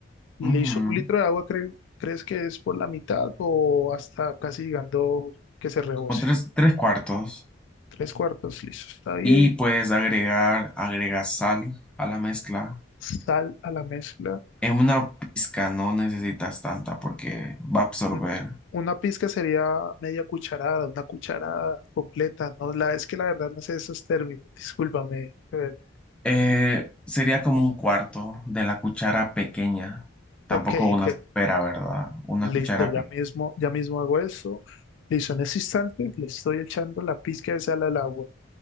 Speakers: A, on the left; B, in the centre.
A: Listo,
B: Ujú,
A: un litro de agua cre- crees que es por la mitad o hasta casi llegando que se rebose.
B: Como tres, tres cuartos.
A: Tres cuartos, listo, está bien.
B: Y puedes agregar, agrega sal a la mezcla.
A: Sal a la mezcla.
B: En una pizca no necesitas tanta porque va a absorber.
A: Un- Una pizca sería media cucharada, una cucharada completa. No, la es que la verdad no sé esos términos, discúlpame. a ver,
B: Eh, sería como un cuarto de la cuchara pequeña. Tampoco
A: Ok,
B: una
A: ok,
B: supera, ¿verdad? Una
A: listo,
B: cuchara
A: ya
B: pequeña.
A: mismo, ya mismo hago eso. Listo, en ese instante le estoy echando la pizca de sal al agua.